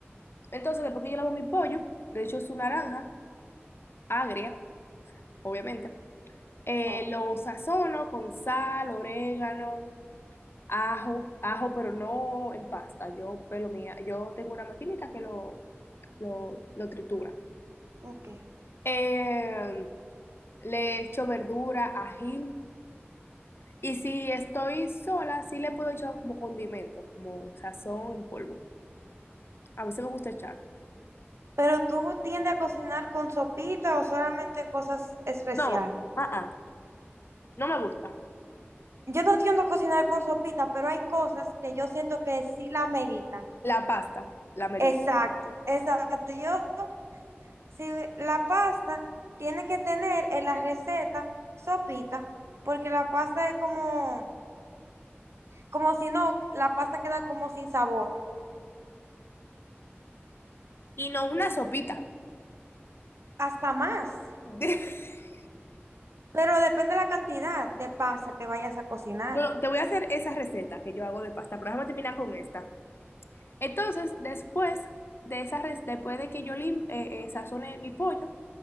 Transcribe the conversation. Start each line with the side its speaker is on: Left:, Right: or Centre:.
Left: Entonces, después que yo lavo mi pollo, le echo su naranja, agria, obviamente. eh,
Right: Obvio.
Left: lo sazono con sal, orégano, ajo, ajo, pero no en pasta. Yo pelo mía, yo tengo una maquinita que lo, lo, lo tritura.
Right: Ok.
Left: Eh, le echo verdura, ají. Y si estoy sola, sí le puedo echar como condimento, como sazón en polvo. A veces me gusta echarlo.
Right: Pero tú tiendes a cocinar con sopita o solamente en cosas especiales.
Left: No, ah, ah, no me gusta.
Right: Yo no tiendo a cocinar con sopita, pero hay cosas que yo siento que sí la meritan.
Left: La pasta, la merito.
Right: Exacto, exacto. Yo Si le- la pasta tiene que tener en la receta sopita, porque la pasta es como, como si no, la pasta queda como sin sabor,
Left: Y no una sopita.
Right: hasta más.
Left: <laughs>
Right: Pero depende de la cantidad de pasta que vayas a cocinar
Left: Bueno, te voy a hacer esa receta que yo hago de pasta, pero déjame terminar con esta. Entonces, después de esa re- después de que yo lim eh, eh, sazone mi pollo,